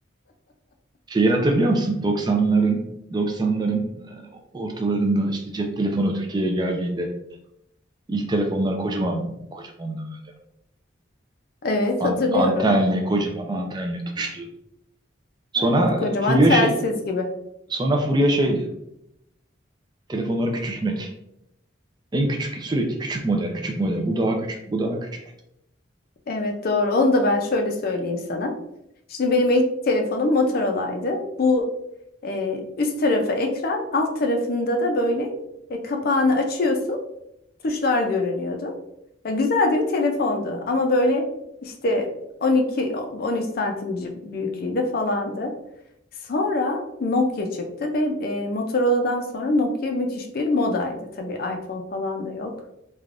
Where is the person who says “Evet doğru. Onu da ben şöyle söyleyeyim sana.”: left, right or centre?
Left